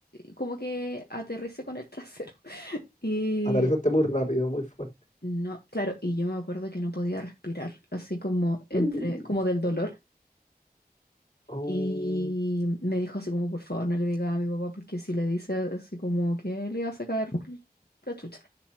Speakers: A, on the left (about 80°); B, on the left (about 50°).
A: Como que aterricé con el trasero. <laughs> Y
B: Atravesaste muy rápido, muy fuerte.
A: No, claro, y yo me acuerdo que no podía respirar, así como entre,
B: Mm.
A: como del dolor.
B: Oh,
A: Y me dijo así como, por favor, no le diga a mi papá, porque si le dice así como que le iba a sacar la chucha.